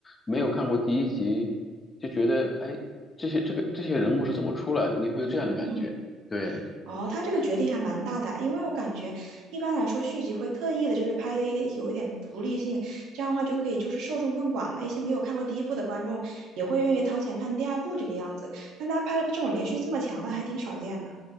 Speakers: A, on the left; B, on the right.
A: 没有看过第一集，就觉得哎，这些这个这些人物是怎么出来的，你会有这样的感觉。
B: 嗯
A: 对，
B: 哦，他这个决定还蛮大胆，因为我感觉一般来说续集会特意的，就是拍的一点有一点独立性，这样的话就可以就是受众更广嘛，一些没有看过第一部的观众也会愿意掏钱看第二部这个样子。但他拍的这种连续这么强的还挺少见的。